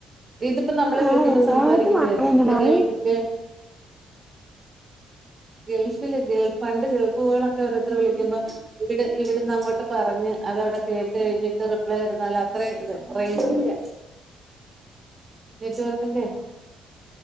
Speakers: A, on the right; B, in the centre.
A: ഇതിപ്പോ നമ്മള്
B: ആ
A: വിളിക്കുമ്പോ
B: എല്ലായിടത്തും
A: സംസാരിക്കുമ്പോഴെ
B: മഴ തന്നെ
A: ല്ലെങ്കി
B: മഴ
A: കേൾ ഗൾഫില് ഗൾഫ് പണ്ട് ഗൾഫുകോളൊക്കെ ഓരോര്ത്തര് വിളിക്കുമ്പോ ഇവിടെ ഇവിടുന്ന് അങ്ങോട്ട് പറഞ്ഞ് അതവിടെ കേട്ട്കഴിഞ്ഞിട്ട് റിപ്ലൈ വരുന്നും അത്ര ഇത് റൈഞ്ച് ല്ല.
B: <inaudible>
A: നെറ്റ് വർക്കിന്റെ